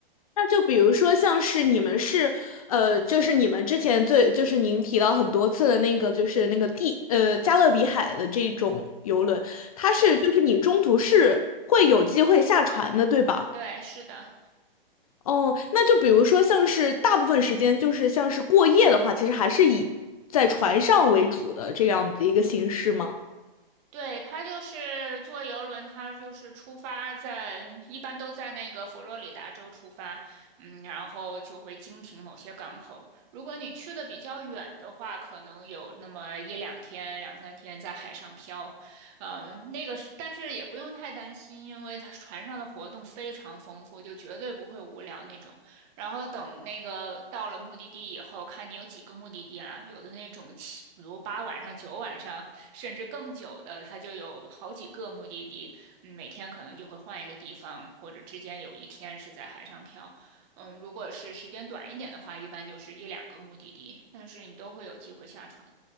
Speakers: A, on the left; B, on the right.
A: 那就比如说像是你们是呃，就是你们之前最就是您提到很多次的那个就是那个地呃加勒比海的这种游轮，它是就是你中途是会有机会下船的，
B: 对
A: 对吧？
B: 对，是的。
A: 哦，那就比如说像是大部分时间就是像是过夜的话，其实还是以在船上为主的这样的一个形式吗？
B: 对，他就是坐游轮，他就是出发在，一般都在那个佛罗里达州出发，嗯，然后就会经停某些港口。如果你去的比较远的话，可能有那么一两天、两三天在海上漂，嗯，那个是，但是也不用太担心，因为它船上的活动非常丰富，就绝对不会无聊那种。然后等那个到了目的地以后，看你有几个目的地了。有的那种七，比如八晚上、九晚上，甚至更久的，它就有好几个目的地。嗯，每天可能就会换一个地方，或者之间有一天是在海上漂。嗯，如果是时间短一点的话，一般就是一两个目的地，但是你都会有机会下船。